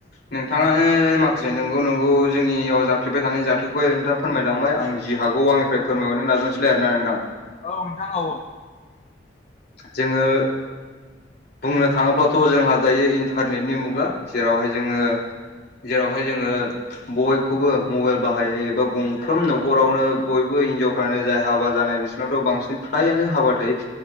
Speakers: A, on the left; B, on the left.
A: नोंथाङानो माखासे नंगौ नंगौ जोंनियाव जाफ्लेबाय थानाय जाथायखौहाय नोंथाङा फोरमायलांबाय आं जि हागौ आंनिफ्राय फोरमायहरनो नाजावसैलाय आरोना नोंथां।
B: औ नोंथां औ
A: जोङो बुंनो थाङोब्ला जोंहा दायो इन्टारनेटनि मुगा जेरावहाय जोङो जेरावहाय जोङो बयखौबो मबाइल बाहायो एबा गंफ्रोम न'खरावनो बयबो हिनजाव फानो जाय हाबा जानाय बिसिरनावथ' बांसिन फ्रायानो हाबा थायो।